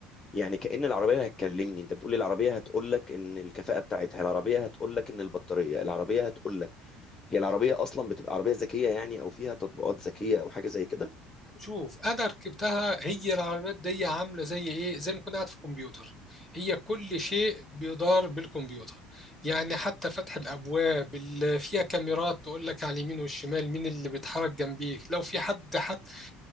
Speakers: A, on the left; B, in the centre.
A: يعني كأن العربيه هتكلمني انت بتقول لي العربيه هتقول لك ان الكفاءه بتاعتها العربيه هتقول لك ان البطاريه العربيه هتقول لك هي العربيه اصلا بتبقى عربيه ذكيه يعني او فيها تطبيقات ذكيه او حاجه زي كده
B: شوف انا ركبتها هي العربيات دي عامله زي ايه زي ما كنت قاعد في كمبيوتر هي كل شيء بيدار بالكمبيوتر يعني حتى فتح الابواب اللي فيها كاميرات تقول لك على اليمين والشمال مين اللي بيتحرك جنبيك لو في حد حتى